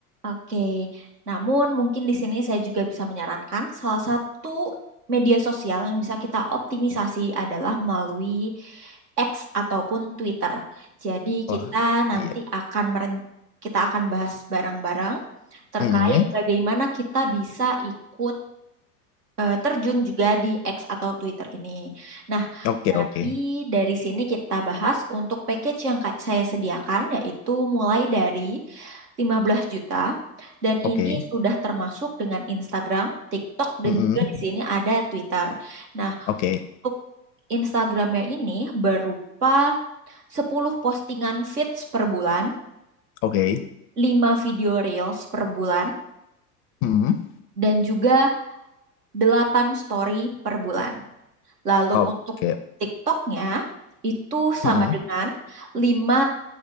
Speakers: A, on the right; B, on the left.
A: Oke, namun mungkin di sini saya juga bisa menyarankan salah satu media sosial yang bisa kita optimisasi adalah melalui X ataupun Twitter. Jadi
B: wah
A: kita nanti
B: iya
A: akan meren- kita akan bahas bareng-bareng terkait
B: Mm-mm.
A: bagaimana kita bisa ikut eh, terjun juga di X atau Twitter ini. Nah,
B: oke
A: mari
B: oke
A: dari sini kita bahas untuk package yang ka- saya sediakan yaitu mulai dari 15 juta dan
B: oke
A: ini sudah termasuk dengan Instagram, TikTok dan
B: Mm-mm.
A: juga di sini ada Twitter. Nah,
B: oke
A: untuk Instagramnya ini berupa 10 postingan feeds per bulan,
B: oke
A: 5 video reels per bulan
B: Mm-mm.
A: dan juga 8 story per bulan. Lalu
B: oke
A: untuk TikToknya itu
B: Mm-mm.
A: sama dengan 5